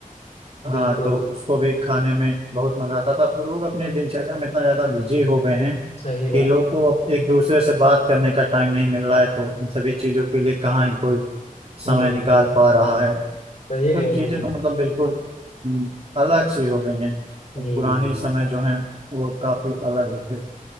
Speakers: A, on the left; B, on the right.
A: बिल्कुल
B: हाँ तो उसको भी खाने में बहुत मजा आता था अब तो लोग अपने दिनचर्या में इतना ज्यादा बिजी हो गए हैं
A: सही बात
B: कि लोग
A: है
B: को अब एक दूसरे से बात करने का टाइम नहीं मिल रहा है तो इन सभी चीजों के लिए कहाँ ही कोई समय
A: हम्म
B: निकाल पा रहा है
A: सही
B: सब
A: बोल
B: चीजें
A: रहे
B: तो
A: हैं
B: मतलब
A: आप।
B: बिल्कुल हम्म, अलग सी हो गई हैं
A: हम्म
B: अब पुरानी समय जो है वो काफी अलग होते